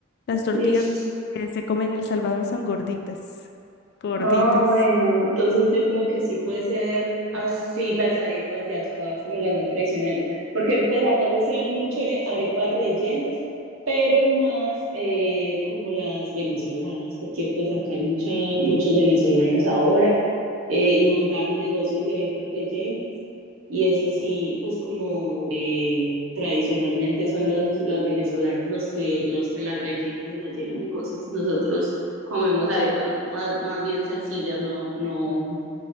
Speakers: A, on the left; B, on the right.
A: Las tortillas
B: Sí.
A: que se comen en El Salvador son gorditas, gorditas.
B: Ah, bueno, entonces yo creo que sí puede ser así las arepas de acá, como las más tradicionales, porque pues acá sí se ven mucho are- arepas rellenas, pero más eh, como las venezolanas, porque pues acá hay mucha, muchos venezolanos ahora eh, y montaron negocios de arepas rellenas. Y eso sí, pues como eh, tradicionalmente son los, los venezolanos los que, los que las rellenan y las llenan de cosas. Nosotros comemos arepas más, más bien sencillas, no, no,